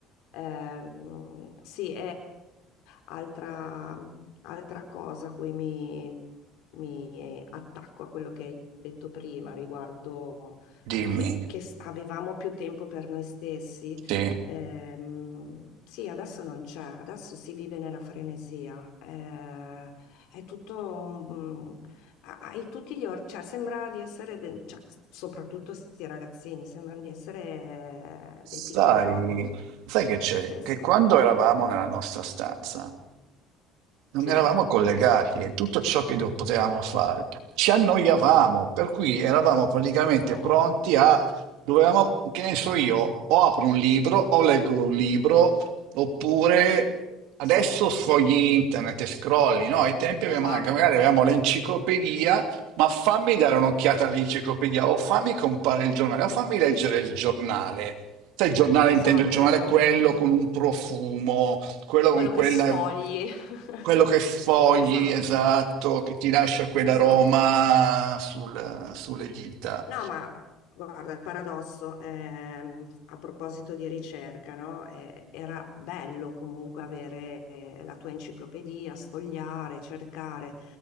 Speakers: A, on the left; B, on the right.
A: Ehm, sì, Altra, altra cosa a cui mi, mi attacco a quello che hai detto prima riguardo a
B: Dimmi,
A: che, che s- avevamo più tempo per noi stessi,
B: sì.
A: ehm, sì, adesso non c'è, adesso si vive nella frenesia, eh, è tutto, mm, ha- hai tutti gli or- cioè sembra di essere, de- cioè, soprattutto questi ragazzini, sembrano di essere
B: Sai,
A: eh, dei piccoli robot,
B: sai che
A: pazzesco.
B: c'è? Che quando eravamo nella nostra stanza non
A: Sì.
B: eravamo
A: Oh,
B: collegati e tutto ciò che do- potevamo fare ci annoiavamo, per cui eravamo praticamente
A: oh.
B: pronti a, dovevamo, che ne so io, o apro un libro o leggo un libro, oppure adesso
A: Sì.
B: sfogli internet e scrolli, no? Ai tempi avevamo-
A: Esatto,
B: magari avevamo l'enciclopedia ma fammi dare un'occhiata all'enciclopedia, o fammi compare il giornale, o fammi leggere il giornale. Sai, il giornale
A: esatto,
B: intendo il giornale
A: esatto.
B: quello con un profumo, quello
A: Quello
B: con
A: che
B: quella,
A: sfogli. <laughs>
B: quello che fogli,
A: Esatto,
B: esatto, che ti lascia quell'aroma
A: esatto.
B: sul- sulle dita.
A: No, ma guarda, il paradosso, ehm, a proposito di ricerca, no? Eh, era bello comunque avere eh, la tua enciclopedia, sfogliare, cercare.